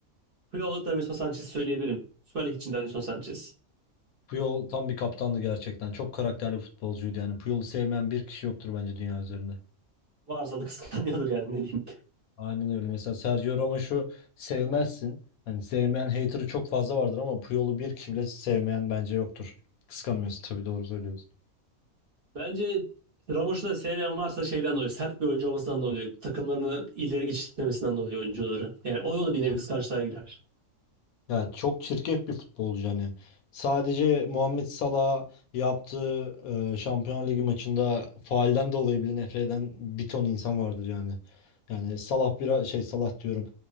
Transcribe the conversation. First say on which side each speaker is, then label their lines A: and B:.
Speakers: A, on the right (about 45°); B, on the left (about 80°).
A: Puyol'da Davinson Sanchez söyleyebilirim. Süper Lig için Davinson Sanchez.
B: Puyol tam bir kaptandı gerçekten. Çok karakterli futbolcuydu yani. Puyol'u sevmeyen bir kişi yoktur bence dünya üzerinde.
A: Varsa da kıskanıyordur yani ne diyeyim.
B: Aynen öyle. Mesela Sergio Ramos'u sevmezsin. Hani sevmeyen hater'ı çok fazla vardır ama Puyol'u bir kişi bile sevmeyen bence yoktur. Kıskanmıyorsun tabii doğru söylüyorsun.
A: Bence Ramoş'u da sevmeyen varsa şeyden dolayı, sert bir oyuncu olmasından dolayı, takımlarını ileri geçirtmemesinden dolayı oyuncuları. Yani o yolu bir nevi
B: Tabii.
A: kıskançlığa girer.
B: Ya çok çirkef bir futbolcu hani. Sadece Muhammed Salah yaptığı e, Şampiyonlar Ligi maçında faalden dolayı bile nefret eden bir ton insan vardır yani. Yani Salah biraz şey Salah diyorum.